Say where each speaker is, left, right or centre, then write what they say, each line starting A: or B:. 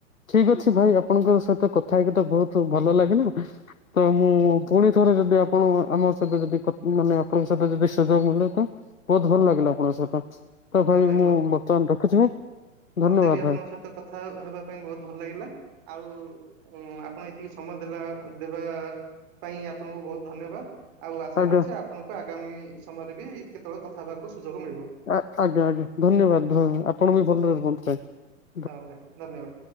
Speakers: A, on the left (about 75°); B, on the right (about 40°).
A: ଠିକ୍ ଅଛି ଭାଇ ଆପଣଙ୍କ ସହିତ କଥା କଥା ହେଇକି ତ ବହୁତ ଭଲ ଲାଗିଲା। ତ ମୁଁ ପୁଣି ଥରେ ଯଦି ଆପଣ ଆମ ସହିତ ଯଦି କ ମାନେ ଆପଣଙ୍କ ସହିତ ଯଦି ସୁଯୋଗ ମିଳେ ତ ବହୁତ ଭଲ ଲାଗିଲା ଆପଣଙ୍କ ସହିତ। ତ
B: ହଁ
A: ଭାଇ ମୁଁ
B: ମ
A: ବର୍ତ୍ତମାନ ରଖୁଛି
B: ମତେ
A: ଧନ୍ୟବାଦ।
B: ବି ଆପଣଙ୍କ
A: ଭାଇ
B: ସହିତ କଥା ହେବା ପାଇଁ ବହୁତ ଭଲ ଲାଗିଲା। ଆଉ ଆପଣ ଏତିକି ସମୟ ଦେଲା ଦେବା ପାଇଁ ଆପଣଙ୍କୁ ବହୁତ ଧନ୍ୟବାଦ। ଆଉ ଆଶା
A: ଆଜ୍ଞା।
B: କରୁଛି ଆ ଆପଣଙ୍କୁ ଆଗାମୀ ସମୟରେ ବି କେତେବେଳେ କଥା ହେବାକୁ ସୁଯୋଗ ମିଳିବ।
A: ଆ-ଆଜ୍ଞା ଆଜ୍ଞା ଧନ୍ୟବାଦ
B: ହଉ
A: ଧ ଆପଣ ବି ଭଲରେ ରୁହନ୍ତୁ ଭାଇ।
B: ହୋଉ ଭାଇ ଧନ୍ୟବାଦ।